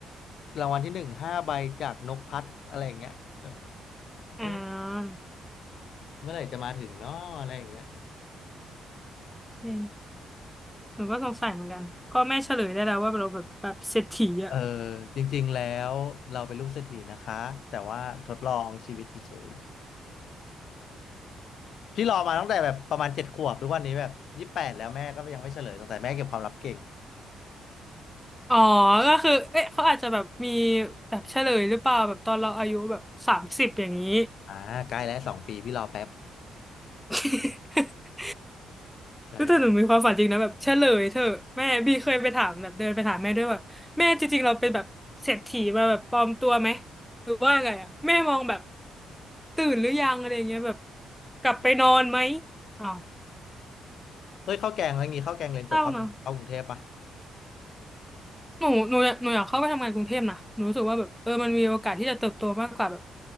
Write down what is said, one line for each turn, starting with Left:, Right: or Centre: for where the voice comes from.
Left: รางวัลที่หนึ่งห้าใบจากนกพัดอะไรอย่างเงี้ยแบบเอ๊ะ
Centre: อ่า
Left: เมื่อไหร่จะมาถึงเนาะอะไรอย่างเงี้ยเออ
Centre: จริงหนูก็สงสัยเหมือนกันพ่อแม่เฉลยได้แล้วว่าเราแบบแบบเศรษฐีอ่ะ
Left: เออจริงๆแล้วเราเป็นลูกเศรษฐีนะคะแต่ว่าทดลองชีวิตเฉยๆพี่รอมาตั้งแต่แบบประมาณเจ็ดขวบทุกวันนี้แบบยี่สิบแปดแล้วแม่ก็ยังไม่เฉลยตั้งแต่แม่เก็บความลับเก่ง
Centre: <laughs> อ๋อก็คือเอ๊ะเขาอาจจะแบบมีแบบเฉลยหรือเปล่าแบบตอนเราอายุแบบสามสิบอย่างนี้
Left: อ่าใกล้แล้วสองปีพี่รอแป๊บ
Centre: <laughs>
Left: ใช่
Centre: ก็แต่หนูมีความฝันจริงนะแบบเฉลยเธอะแม่บีเคยไปถามแบบเดินไปถามแม่ด้วยว่าแม่จริงๆเราเป็นแบบเศรษฐีมาแบบปลอมตัวไหมหรือว่าไงอ่ะแม่มองแบบตื่นหรือยังอะไรเงี้ยแบบกลับไปนอนไหมอ้าว
Left: เฮ้ยข้าวแกงอะไรงี้ข้าวแกงเรียนจบข้าวแกงเข้ากรุงเทพปะ
Centre: เศร้าเนาะหนูหนูอยากหนูอยากเข้าไปทำงานกรุงเทพนะหนูรู้สึกว่าแบบเออมันมีโอกาสที่จะเติบโตมากกว่าแบบ